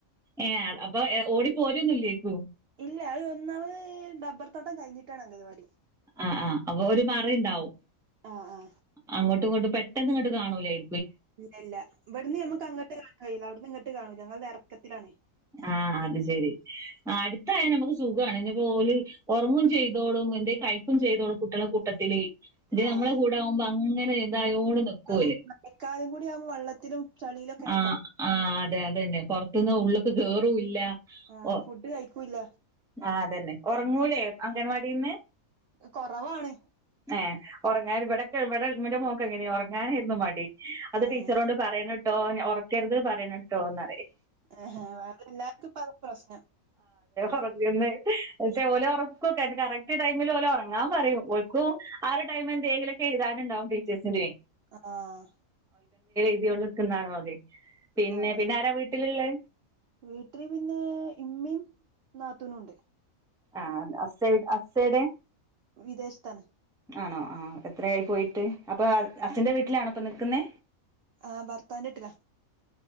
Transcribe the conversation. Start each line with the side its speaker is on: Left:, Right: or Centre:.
Centre: ഏഹ് അപ്പൊ <unintelligible> ഓടി പോരന്നില്ലേ കു
Right: ഇല്ല അത് ഒന്നാമത് ഡബ്ബർ തോട്ടം കഴിഞ്ഞിട്ടാണ് അംഗവാടി
Centre: ആ ആ അപ്പൊ ഒരു മറി ഉണ്ടാവും
Right: ആഹ് ആഹ്
Centre: അങ്ങോട്ട് കൊണ്ട് പെട്ടെന്ന് ഇങ്ങട്ട് കാണൂലായി
Right: ഇല്ല ഇല്ല ഇവിടുന്ന് ഞമ്മക്ക് അങ്ങട്ട് കാണയില്ല അവിടുന്ന് ഇങ്ങട്ട് കാണൂ ഞങ്ങൾ ഇറക്കത്തിലാണ്
Centre: ആ അത് ശരി ആ അടുത്തായൽ നമുക്ക് സുഖമാണ് ഇനിപ്പോ ഓൽ ഉറങ്ങും ചെയ്തോളും എന്തെ കഴക്കും ചെയ്തോളും കുട്ടളെ കൂട്ടത്തിൽ ഇത്
Right: ആഹ്
Centre: നമ്മളെ കൂടാകുമ്പോ അങ്ങനെ എന്തായോടെ നികോൽ
Right: ഇപ്പം <unintelligible> വെള്ളത്തിലും ചളിയിലൊക്കെയാണ്
Centre: ആ
Right: കളി
Centre: ആ അതെ അതെന്നെ പൊറത്തുന്ന് ഉള്ളേക്ക് കേയറും ല്ല
Right: ആഹ്
Centre: ഓ
Right: ഫുഡ് കഴിക്കൂല്ല
Centre: ആ അതന്നെ ഉറങ്ങൂലേ അംഗൻവാടിന്ന്
Right: കുറവാണ്
Centre: ഏ ഉറങ്ങാൻ ഇവിട ഇവിടെന്റെ മോക്ക് എങ്ങനെയ ഉറങ്ങാനരുന്നു മടി അത്
Right: ആഹ്
Centre: ടീച്ചറോണ്ട് പറയണിട്ടോ ഉറക്കരുത് പറയണിട്ടോന്ന് റിയും
Right: അത് എല്ലാർക്കും പറ പ്രശ്നം
Centre: ഉറങ്ങുന്നേ പക്ഷേ ഓല ഉറക്കക്കെ കറക്ട് ടൈമിൽ ഓലെ ഉറങ്ങാൻ പറയും ഓ ആ ഒരു ടൈം എന്തങ്കിലൊക്കെ ഇതാന ഇണ്ടവെ ടീച്ചേഴ്സിനെ
Right: ആ ആ
Centre: <unintelligible> പിന്നെ
Right: ആഹ്
Centre: പിന്നെ ആരാ വീട്ടിലിളെ
Right: വീട്ടില് പിന്നെ ഇമ്മി നാത്തൂനും ഉണ്ട്
Centre: ആ അസൈ അസ്സൈടെ
Right: വിദേശത്തന്
Centre: ആണോ ആ എത്രയി പോയിട്ട് അപ്പൊ അച്ചന്റെ വീട്ടിലാണോ അപ്പൊ നിക്കുന്നേ
Right: ആ ഭർത്താവിന്റെ ഇട്ടില